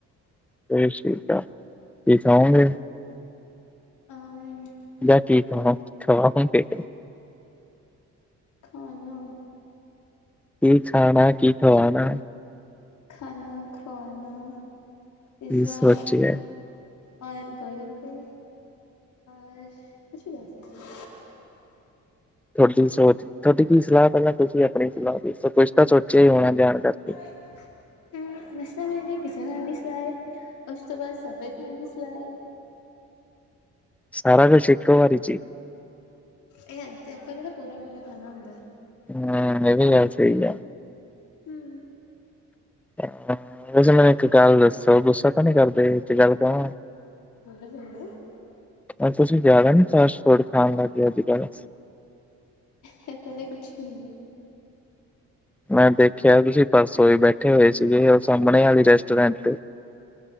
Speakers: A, in the centre; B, on the left.
A: ਫਿਰ ਠੀਕ ਆ ਕੀ ਖਾਉਗੇ।
B: ਅਮ
A: ਯਾ ਚੀਜ ਕੋਨ ਖਾਵਾਂਗੇ ਇੱਕ ਇੱਕ,
B: ਖਾਣਾ
A: ਕੀ ਖਾਣਾ ਕੀ ਖਵਾਣਾ,
B: ਖਾਣਾ ਖਵਾਣਾ
A: ਕੀ
B: ਪੀਜ਼ਾ,
A: ਸੋਚਿਆ
B: ਔਰ ਗੋਲ ਗੱਪੇਏ, ਔਰ ਕੁਛ ਵੇਸੈ ਵੀ,
A: ਤੁਹਾਡੀ ਸੋਚ ਤੁਹਾਡੀ ਕੀ ਸਲਾਹ ਪਹਿਲਾਂ ਤੁਸੀਂ ਆਪਣੀ ਸਲਾਹ ਦੱਸੋ ਕੁਛ ਤਾਂ ਸੋਚਿਆ ਹੀ ਹੋਣਾ ਜਾਣ ਕਰਕੇ,
B: <inaudible> ਮਸਾ ਤਾਂ ਮੈੇ ਪੀਜ਼ਾ ਖਾਣ ਦੀ ਸਲਾਹ ਏ ਉਸ ਤੋਂ ਬਾਅਦ ਸਬੇ ਖਾਂਣ ਦੀ ਸਲਾਹ ਏ,
A: ਸਾਰਾ ਕੁਛ ਇੱਕੋ ਵਾਰੀ ਚੀ,
B: ਇਹ ਤੇ ਆਪਾਂ ਕਿਹੜਾ ਪੂਰਾ ਪੂਰਾ ਖਾਣਾ ਹੁੰਦਾ।
A: ਹਮ ਇਹਵੀ ਗੱਲ ਸਹੀ ਆ।
B: ਹਮ।
A: ਆ ਵੈਸੇ ਮੈਨੂੰ ਇੱਕ ਗੱਲ ਦੱਸੋ ਗੁੱਸਾ ਤਾਂ ਨੀ ਕਰਦੇ ਤੇ ਇਕ ਗੱਲ ਕਵਾ,
B: ਬੋਲੋ, ਬੋਲੋ
A: ਹੁਣ ਤੁਸੀਂ ਜ਼ਿਆਦਾ ਨੀ ਫਾਸਟ ਫੂਡ ਖਾਣ ਲੱਗ ਗਏ ਅੱਜ ਕੱਲ੍ਹ,
B: ਕਿਹਣਦੇ ਕੁਛ ਨਹੀਂ ਐ,
A: ਮੈਂ ਦੇਖਿਆ ਤੁਸੀ ਪਰਸੋ ਵੀ ਬੈਠੇ ਹੋਏ ਸੀਗੇ ਉਹ ਸਾਹਮਣੇ ਆਲੇ ਰੈਸਟੋਰੈਂਟ ਤੇ,